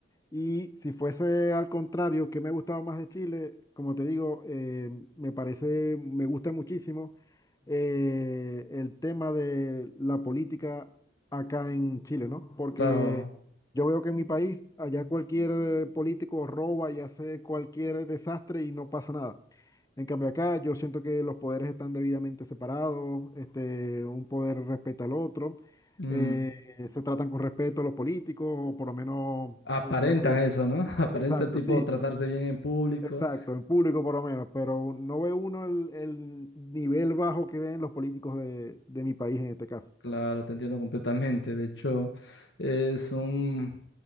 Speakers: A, on the left; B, on the left.
A: Y si fuese al contrario, que me gustaba más de Chile? Como te digo, eh, me parece, me gusta muchísimo eh, el tema de la política acá en Chile, ¿no? Porque
B: claro.
A: yo veo que en mi país, allá cualquier político roba y hace cualquier desastre y no pasa nada. En cambio acá yo siento que los poderes están debidamente separados, este, un poder respeta al otro.
B: mm,
A: eh, eh, se tratan con respeto a los políticos, o por lo menos
B: aparentan
A: eh, la mayoría.
B: eso, ¿no? <laughs> Aparentan
A: Exacto,
B: tipo
A: sí,
B: tratarse bien en público
A: exacto, en público por lo menos, pero no ve uno el, el nivel bajo que ven los políticos de, de mi país en este caso.
B: Claro, te entiendo completamente. De hecho, es un,